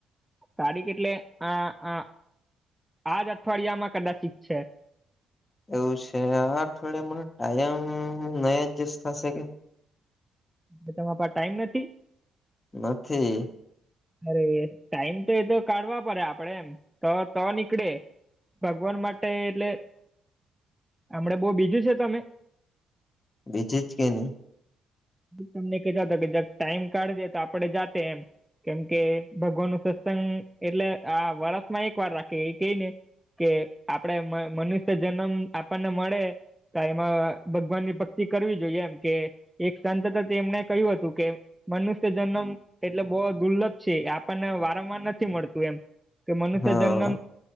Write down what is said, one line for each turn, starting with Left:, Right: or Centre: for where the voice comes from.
Centre: તારીખ એટલે આ આજ અઠવાડિયામાં કદાચિત છે.
Left: એવું છે આ અઠવાડિયે મને ટાઈમ નહી એડજસ્ટ થશે કે
Centre: એ તમારા પાસે ટાઈમ નથી.
Left: નથી.
Centre: અરે ટાઈમ તો એતો કાઢવા પડે આપડે એમ તો તો નીકળે. ભગવાન માટે એટલે હમણા બહુ બીજી છો તમે?
Left: બીજી છે કે નહી?
Centre: તમને કતા કે જ ટાઈમ કાઢજે તો આપડે જાતે એમ. કેમ કે ભગવાન નું સત્સંગ એટલે આ વરષમાં એક વાર રાખે એ ક ને. કે આપડે મનુષ્ય જન્મ આપણને મળે. તો એમાં ભગવાનની ભક્તિ કરવી જોઈએ એમ કે એક સંતત એમને કહ્યું હતું કે. મનુષ્ય જન્મ એટલે બહ દુર્લભ છે આપણને વારંવાર નથી મળતું એમ. કે મનુષ્ય
Left: હા
Centre: જન્મ